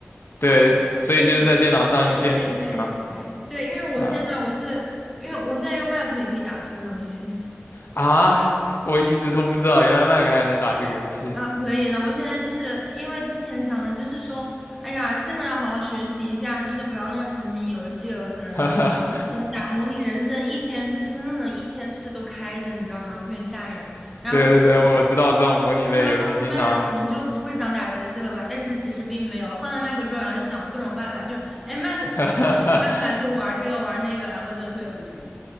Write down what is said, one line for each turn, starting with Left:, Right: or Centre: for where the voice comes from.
Left: 对，所以就是在电脑上用键鼠是吗？
Centre: 对对对对对，因为我现在我是因为我现在用
Left: 啊
Centre: Mac 也可以打这个游戏。
Left: 啊，我一直都不知道原来 Mac 还能打这个游戏。
Centre: 啊，
Left: <laughs>
Centre: 可以的。我现在就是因为之前想的就是说，哎呀，现在要好好学习一下，就是不要那么沉迷游戏了。可能之前打模拟人生一天，
Left: 哈哈，
Centre: 就是真的能一天就是都开着，你知道吗？特别吓人。然后后面
Left: 对对对，我知道这种模拟类游戏经常
Centre: 那时候换了 Mac，可能就不会想打游戏了吧？但是其实并没有，换了 Mac 之后，然后就想各种办法，就是哎，Mac
Left: <laughs>
Centre: Mac 办法可以玩这个玩那个，然后就特别无语。